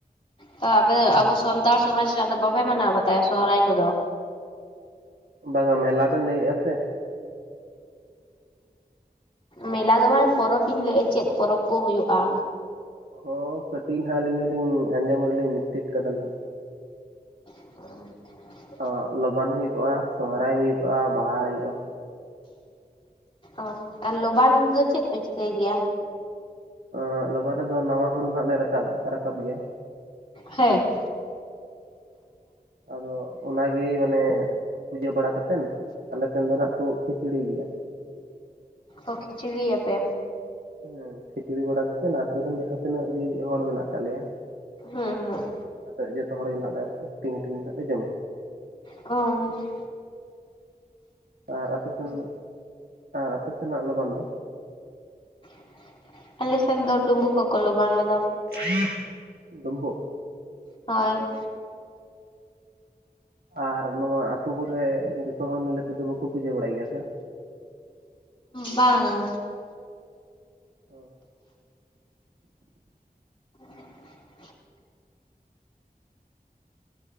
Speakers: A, on the left; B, on the right.
A: ᱛᱟ ᱟᱯᱮ ᱫᱚ ᱟᱵᱚ ᱥᱟᱱᱛᱟᱲ ᱥᱚᱢᱟᱡᱽ ᱨᱮᱭᱟᱜ ᱫᱚ ᱵᱟᱯᱮ ᱢᱟᱱᱟᱣ ᱵᱟᱛᱟᱭᱟ ᱥᱚᱨᱦᱟᱭ ᱠᱚᱫᱚ?
B: ᱵᱟᱝᱟ ᱢᱮᱞᱟ ᱵᱮᱱ ᱞᱟᱹᱭᱮᱜ-ᱟ ᱥᱮ
A: ᱢᱮᱞᱟ ᱫᱚ ᱵᱟᱝ ᱯᱚᱨᱚᱵᱽ ᱤᱧ ᱞᱟᱹᱭᱮᱜ-ᱟ᱾ ᱪᱮᱫ ᱯᱚᱨᱚᱵᱽ ᱠᱚ ᱦᱳᱭᱳᱜ-ᱟ?
B: ᱚ ᱠᱟᱹᱴᱤᱡ ᱱᱟᱦᱟᱜ ᱟᱹᱞᱤᱧ ᱦᱚᱸ ᱞᱤᱧ ᱟᱸᱡᱚᱢ ᱨᱮᱞᱤᱧ ᱢᱤᱥᱴᱮᱠ ᱠᱟᱫᱟ ᱱᱟᱦᱟᱜ
A: <unintelligible>
B: ᱚ <unintelligible> ᱦᱩᱭ ᱠᱚᱣᱟ ᱥᱚᱦᱚᱨᱟᱭ ᱦᱩᱭ ᱠᱚᱣᱟ ᱵᱟᱦᱟ ᱦᱩᱭᱩᱜ-ᱟ
A: ᱚ ᱟᱨ ᱞᱚᱵᱟᱱ ᱫᱚ ᱪᱮᱫ ᱯᱮ ᱪᱤᱠᱟᱹᱭ ᱜᱮᱭᱟ?
B: ᱚ ᱞᱚᱵᱟᱱ ᱨᱮᱫᱚ ᱱᱟᱶᱟ ᱦᱩᱲᱩ ᱦᱟᱜ ᱞᱮ ᱨᱟᱠᱟᱵ ᱨᱟᱠᱟᱵ ᱜᱮᱭᱟ
A: ᱦᱮᱸ
B: ᱟᱫᱚ ᱚᱱᱟᱜᱮ ᱢᱟᱱᱮ ᱯᱩᱡᱟᱹ ᱵᱟᱲᱟ ᱠᱟᱛᱮᱱ ᱟᱞᱮ ᱥᱮᱱ ᱫᱚ ᱱᱟᱦᱟᱜ ᱠᱚ ᱠᱷᱤᱪᱲᱤ ᱜᱮᱭᱟ
A: ᱚ ᱠᱷᱤᱪᱲᱤᱭᱟ ᱯᱮ
B: ᱦᱮᱸ ᱠᱷᱤᱪᱲᱤ ᱵᱟᱲᱟ ᱠᱟᱛᱮᱱ ᱟᱹᱛᱩ ᱨᱮᱱ ᱡᱟᱦᱟᱸ ᱛᱤᱱᱟᱹᱜ ᱜᱮ ᱦᱚᱲ ᱢᱮᱱᱟᱜ ᱟᱠᱟᱫ ᱞᱮᱭᱟ᱾
A: ᱦᱮᱸ ᱦᱮᱸ᱾
B: ᱟᱫᱚ ᱡᱚᱛᱚ ᱦᱚᱲ ᱜᱮ ᱦᱮᱸᱱᱟᱜ ᱞᱮ ᱟᱹᱨᱠᱤ ᱦᱟᱹᱴᱤᱧ ᱦᱟᱹᱴᱤᱧ ᱱᱟᱜ ᱞᱮ ᱡᱚᱢᱟ᱾
A: ᱩᱢ᱾
B: ᱟᱨ ᱟᱯᱮ ᱥᱮᱱ <inaudible> ᱟᱨ ᱟᱯᱮ ᱥᱮᱱᱟᱜ ᱫᱚ ᱵᱟᱸᱫ ᱫᱚ᱾
A: <inaudible> ᱟᱞᱮ ᱥᱮᱱ ᱫᱚ ᱰᱩᱸᱵᱩᱠ ᱠᱚ ᱠᱚ ᱞᱚᱵᱟᱱ ᱨᱮᱫ
B: <inaudible> ᱰᱚᱢᱵᱚᱠ᱾
A: ᱦᱳᱭ,
B: ᱟᱨ ᱱᱚᱣᱟ ᱟᱹᱛᱩ ᱠᱚᱨᱮ ᱡᱚᱛᱚ ᱦᱚᱲ ᱢᱤᱞᱮ ᱛᱮᱫᱚ ᱵᱟᱠᱚ ᱯᱩᱡᱟᱹ ᱵᱟᱲᱟᱭ ᱜᱮᱭᱟ ᱥᱮ᱾
A: ᱵᱟᱝ ᱟ᱾
B: ᱚ᱾
A: <inaudible>